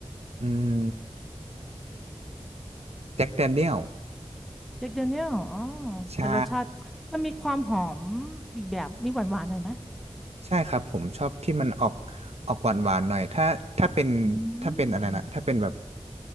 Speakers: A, on the right; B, in the centre.
A: อืมแจ็คแดเนียล
B: เจ็คเดเนียลอ๋อ
A: ใช่
B: เป็นรสชาติมันมีความหอมอีกแบบ มีหวานหวานหน่อยไหม
A: ใช่ครับผมชอบที่มันออกออกหวานหวานหน่อยถ้าถ้าเป็น
B: อื
A: ถ้าเป็นอะไรนะถ้าเป็นแบบ
B: ม